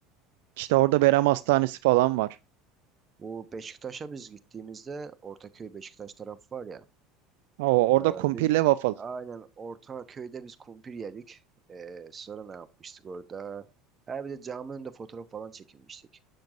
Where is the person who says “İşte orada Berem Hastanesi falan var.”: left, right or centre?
Right